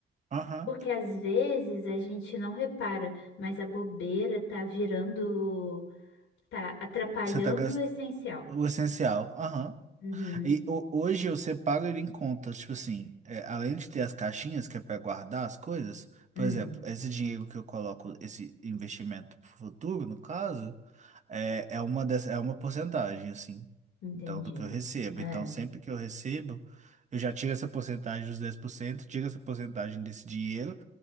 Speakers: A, on the right (about 35°); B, on the left (about 85°).
A: Aham.
B: Porque às vezes a gente não repara, mas a bobeira tá virando, tá atrapalhando
A: Você tá gastando
B: o essencial.
A: o essencial. Aham.
B: Uhum.
A: E ho- hoje eu separo ele em contas, tipo assim, é, além de ter as caixinhas que é para guardar as coisas,
B: Hum,
A: por exemplo, esse dinheiro que eu coloco, esse investimento pro futuro, no caso, é, é uma dessa, é uma porcentagem, assim,
B: entendi.
A: então, do que eu recebo.
B: É.
A: Então, sempre que eu recebo, eu já tiro essa porcentagem dos dez por cento tiro essa porcentagem desse dinheiro,